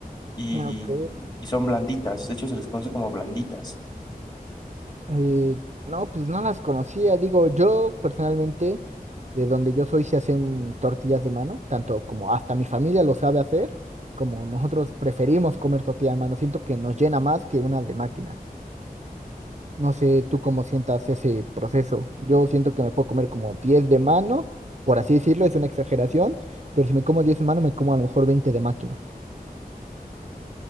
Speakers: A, on the left; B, on the right.
A: y,
B: Ah, Ok.
A: y son blanditas. De hecho, se les conoce como blanditas.
B: Eh, no, pues no las conocía. Digo, yo personalmente, de donde yo soy, se hacen tortillas de mano, tanto como hasta mi familia lo sabe hacer, como nosotros preferimos comer tortilla de mano. Siento que nos llena más que una de máquina. No sé tú cómo sientas ese proceso. Yo siento que me puedo comer como 10 de mano, por así decirlo, es una exageración, pero si me como 10 de mano, me como a lo mejor 20 de máquina.